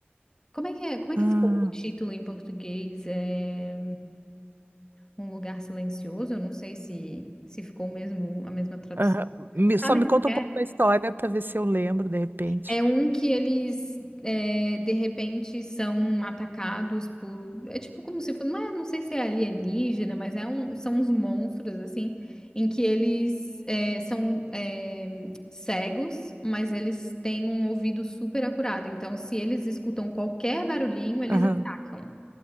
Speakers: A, on the left; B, on the right.
A: Como é que é? Como é
B: Ah.
A: que ficou o título em português? É Um Lugar Silencioso? Eu não sei se se ficou o mesmo a mesma tradução.
B: Aham. Me- Só
A: Sabe
B: me
A: qual
B: conta
A: que
B: um
A: é?
B: pouco da história para ver se eu lembro de repente.
A: É um que eles, é, de repente, são atacados por. É tipo como se fosse. Não é, não sei se é alienígena, mas é um, são uns monstros, assim, em que eles é, são é, cegos, mas eles têm um ouvido super acurado. Então, se eles escutam qualquer barulhinho, eles
B: Aham.
A: atacam.